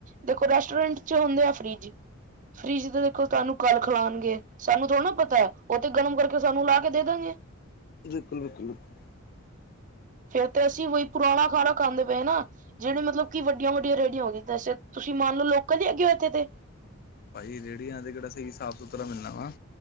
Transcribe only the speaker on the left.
ਬਿਲਕੁਲ- ਬਿਲਕੁਲ -ਬਿਲਕਲ
ਭਾਜੀ ਰੇਹੜੀਆਂ ਤੇ ਕਿਹੜਾ ਸਹੀ ਸਾਫ਼ ਸੁਥਰਾ ਮਿਲਣਾਗਾ